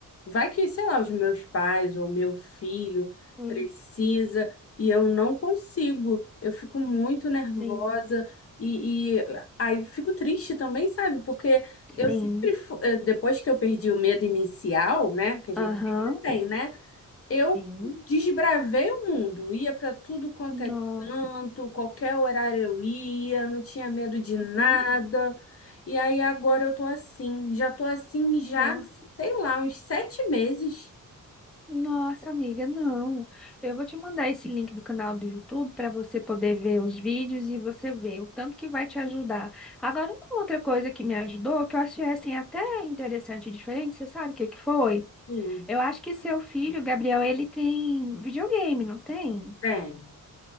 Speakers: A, on the left (about 45°); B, in the centre.
A: Vai que, sei lá, os meus pais ou meu filho
B: hum,
A: precisa e eu não consigo. Eu fico muito nervosa
B: sim,
A: e, e aí fico triste também, sabe? Porque eu
B: sim,
A: sempre, fu- eh, depois que eu perdi o medo inicial, né? Que a gente
B: aham,
A: sempre tem, né? Eu
B: sim.
A: desbravei o mundo, ia para tudo quanto
B: Nossa,
A: é canto, qualquer horário eu ia, não tinha medo de nada.
B: uhum,
A: E aí agora eu tô assim, já tô assim já,
B: nossa.
A: sei lá, uns sete meses.
B: Nossa, amiga, não. Eu vou te mandar esse link do canal do YouTube para você poder ver os vídeos e você ver o tanto que vai te ajudar. Agora, uma outra coisa que me ajudou, que eu achei assim até interessante e diferente, você sabe o que que foi?
A: Sim,
B: Eu acho que seu filho, Gabriel, ele tem videogame, não tem?
A: tem.